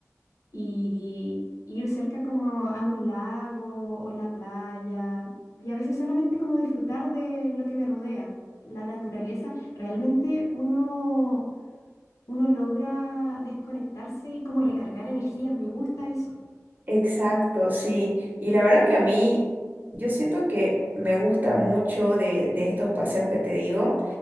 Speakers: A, on the left; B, on the right.
A: y ir cerca como a un lago o la playa y a veces solamente como disfrutar de lo que me rodea, la naturaleza. Realmente uno uno logra desconectarse y como recargar energías. Me gusta eso.
B: exacto, sí. Y la verdad que a mí, yo siento que me gusta mucho de, de estos paseos que te digo.